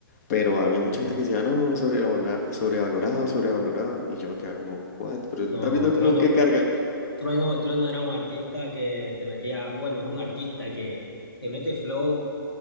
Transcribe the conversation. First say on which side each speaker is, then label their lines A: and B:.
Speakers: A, on the left; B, on the left.
A: Pero había mucha
B: Sí,
A: gente
B: sí.
A: que decía, no, sobrevalorado, sobrevalorado, sobrevalorado. Y yo me quedaba como, what? Pero
B: No,
A: no estás viendo el
B: Trueno,
A: flow que carga.
B: Trueno, Trueno era un artista que te metía, bueno, es un artista que te mete flow